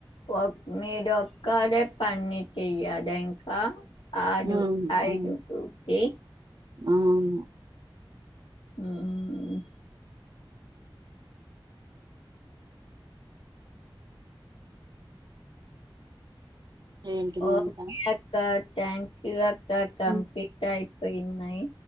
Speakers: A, on the left (about 75°); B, on the right (about 50°).
A: ఒ మీరు ఒక్కదే పని చేయాద ఇంకా ఆదు
B: ఉ అవును అవును
A: ఐదు కే
B: అవును
A: హ్మ్మ్
B: ఏంటి మౌనిక
A: ఓకే అక్క థ్యాంక్ అక్క కంప్లీట్
B: హ్మ్.
A: అయిపోయినాయి